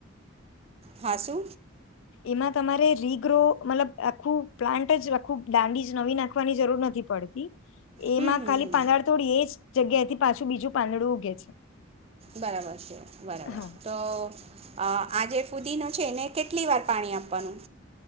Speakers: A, on the right; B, on the left.
A: હા શુ?
B: એમાં તમારે રીગ્રો મતલબ આખું પ્લાન્ટ જ આખું દાંડી જ નવી નાખવાની જરૂર નથી પડતી
A: હમ
B: એમાં
A: હમ
B: ખાલી
A: હમ
B: પાંદડા થોડી એજ જગ્યા થી પાછું બીજું પાંદડું ઉગે છે.
A: બરાબર છે બરાબર
B: હા
A: તો આજે ફુદીનો છે ને કેટલી વાર પાણી આપવાનું